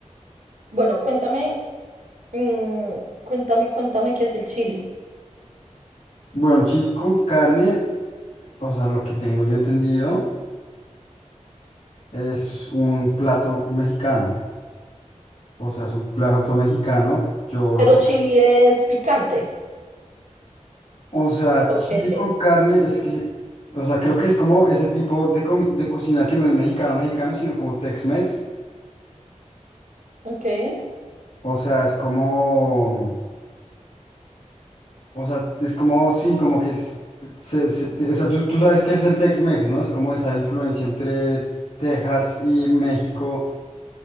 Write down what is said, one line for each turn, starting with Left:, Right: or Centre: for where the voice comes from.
Right: Bueno, cuéntame, mm, cuéntame, cuéntame qué es el chili.
Left: Bueno, sí, con carne, o sea, lo que tengo yo entendido es un plato mexicano, o sea, es un plato mexicano, yo lo
Right: Pero chili es picante.
Left: O sea,
Right: ¿O
Left: chile
Right: qué
Left: con
Right: es?
Left: carne, es que, o sea, creo que es como ese tipo de, comi- de cocina que no es mexicano, mexicano, sino como Tex-Mex.
Right: Ok.
Left: O sea, es como, o sea, es como, sí, como que es, se- se- te- o sea, tú, tú sabes que es el Tex-Mex, ¿no? Es como esa influencia entre Texas y México.